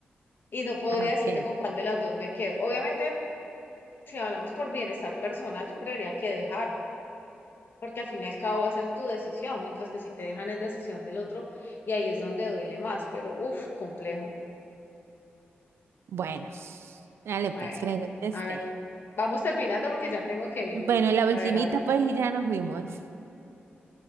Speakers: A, on the left; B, on the right.
A: y no podría
B: Ah, ok.
A: decirte con cuál de las dos me quedo. Obviamente, si hablamos por bienestar personal, yo creería que dejar, porque al fin y al cabo va a ser tu decisión, mientras que si te dejan es decisión del otro y ahí es donde duele más, pero uff, complejo.
B: Bueno, dale
A: Bueno,
B: pues, pregúntese
A: a
B: usted.
A: ver, vamos terminando porque ya tengo que irme.
B: Bueno, la ultimita
A: A ver, a ver,
B: pues y ya nos fuimos.